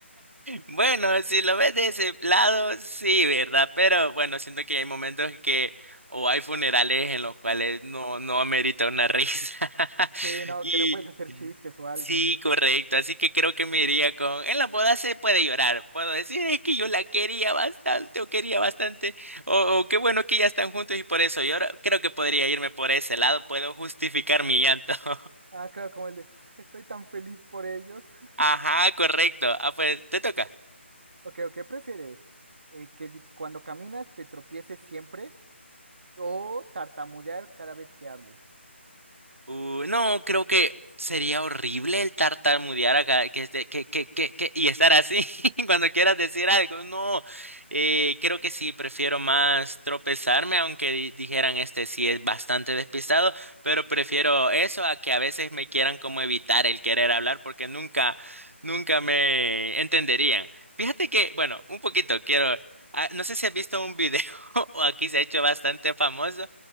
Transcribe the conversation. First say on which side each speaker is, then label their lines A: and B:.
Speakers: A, on the right (about 80°); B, on the right (about 55°).
A: Bueno, si lo ves de ese lado, sí, ¿verdad? Pero bueno, siento que hay momentos que o hay funerales en los cuales no, no amerita una risa. <laughs>
B: Sí, no,
A: Y
B: que no puedes hacer chistes o algo.
A: sí, correcto. Así que creo que me iría con, en la boda se puede llorar. Puedo decir, es que yo la quería bastante o quería bastante. O, o qué bueno que ya están juntos y por eso lloro. Creo que podría irme por ese lado. Puedo justificar mi llanto. <laughs>
B: Ah, claro, como el de, estoy tan feliz por ellos. <laughs>
A: Ajá, correcto. Ah, pues, te toca.
B: Ok, ¿o qué prefieres? Eh, ¿que di- cuando caminas te tropieces siempre o tartamudear cada vez que hables?
A: Uh, no, creo que sería horrible el tartamudear acá, que, este- que, que, que, que- y estar así <laughs> cuando quieras decir algo. No, eh, creo que sí, prefiero más tropezarme, aunque di- dijeran este sí es bastante despistado, pero prefiero eso a que a veces me quieran como evitar el querer hablar porque nunca, nunca me entenderían. Fíjate que, bueno, un poquito quiero, ah, no sé si has visto un video, <laughs> o aquí se ha hecho bastante famoso